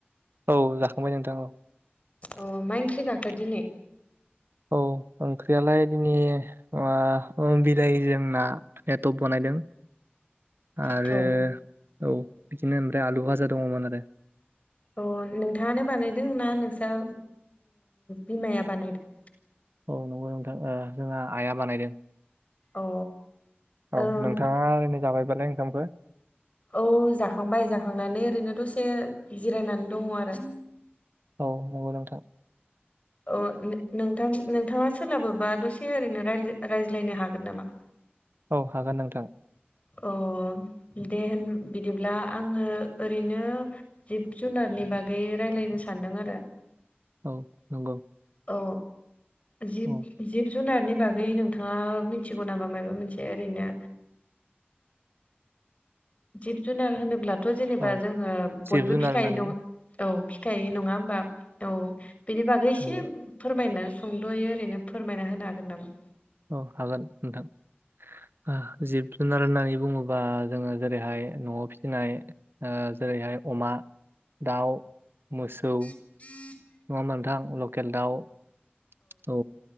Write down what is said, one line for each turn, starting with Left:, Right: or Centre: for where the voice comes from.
Right: औ जाखांबाय नोंथां औ
Left: अ माइ ओंख्रि जाखो दिनै
Right: औ ओंख्रियालाय दिनै म बिलाइ जोमना एटप बनायदोंं
Left: <inaudible>
Right: आरो
Left: औ
Right: औ बिदिनो ओमफ्राय आलु भाजा दङमोन आरो
Left: अ नोंथाङानो बानायदों ना नोंस्रा बिमाया बानायदों
Right: औ नंगौ नोंथां जोंहा आइआ बानायदों
Left: अ
Right: औ
Left: ओम
Right: नोंथाङा ओरैनो जाबायबालाय ओंखामफोर
Left: औ जाखांबाय जाखांनानै ओरैनो दसे जिरायनानै दङ आरो
Right: औ नंगौ नोंथां
Left: अ नोंथां नोंथाङा सोलाबोबा दसे ओरैनो रायज्लायनो हागोन नामा
Right: औ हागोन नोंथां
Left: अ दे होन बिदिब्ला आङो ओरैनो जिब जुनारनि बागै रायज्लायनो सानदों आरो
Right: औ नंगौ
Left: औ जि
Right: औ
Left: जिब जुनारनि बागै नोंथाङा मिथिगौ नामा माबा मोनसे ओरैनो जिब जुनार होनोब्लाथ' जेनेबा
Right: औ
Left: जोंङो
Right: जिब
Left: बयबो
Right: जुनार
Left: फिखायो
Right: होननानै
Left: नङ औ फिखाय नङा होमबा औ बेनि बागै एसे
Right: नंगौ
Left: फोरमायनो सोंद'यो ओरैनो फोरमायना होनो हागोन नामा
Right: औ हागोन नोंथां जिब जुनार होननानै बुङोब्ला बा जोङो जेरैहाय न'आव फिसिनाय जेरैहाय अमा दाउ मोसौ
Left: उम
Right: नङा मोनोंथां लकेल दाउ औ